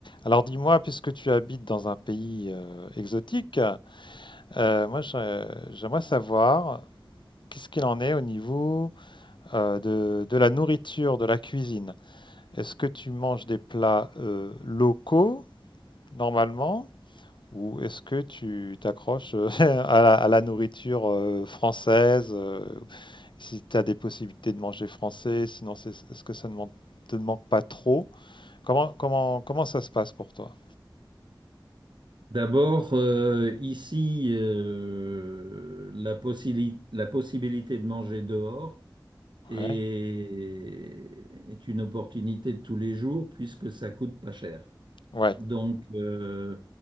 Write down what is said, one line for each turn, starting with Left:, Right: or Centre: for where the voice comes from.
Left: Alors dis-moi, puisque tu habites dans un pays euh, exotique, euh, moi j'ai- j'aimerais savoir qu'est-ce qu'il en est au niveau euh, de, de la nourriture, de la cuisine. Est-ce que tu manges des plats euh, locaux normalement ou est-ce que tu t'accroches euh, <laughs> à la, à la nourriture euh, française euh, si tu as des possibilités de manger français, sinon c'est- est-ce que ça ne man- te manque pas trop? Comment, comment, comment ça se passe pour toi?
Right: D'abord, euh, ici, euh, la possili- la possibilité de manger dehors est,
Left: Ouais.
Right: est une opportunité de tous les jours puisque ça coûte pas cher.
Left: Ouais.
Right: Donc, euh,